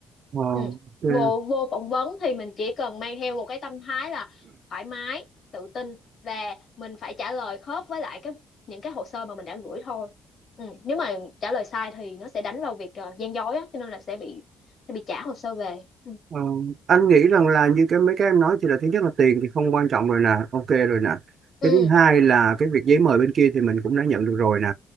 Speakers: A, on the right; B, on the left.
A: Ờ,
B: ừ.
A: ok.
B: vô vô phỏng vấn thì mình chỉ cần mang theo một cái tâm thái là thoải mái tự tin và mình phải trả lời khớp với lại cái những cái hồ sơ mà mình đã gửi thôi ừ. nếu mà trả lời sai thì nó sẽ đánh vào việc ờ, gian dối á cho nên là sẽ bị sẽ bị trả hồ sơ về ừ
A: Ờ, anh nghĩ rằng là như cái mấy cái em nói thì là thứ nhất là tiền thì không quan trọng rồi nè, ok rồi nè.
B: ừ
A: Cái thứ hai là cái việc giấy mời bên kia thì mình cũng đã nhận được rồi nè.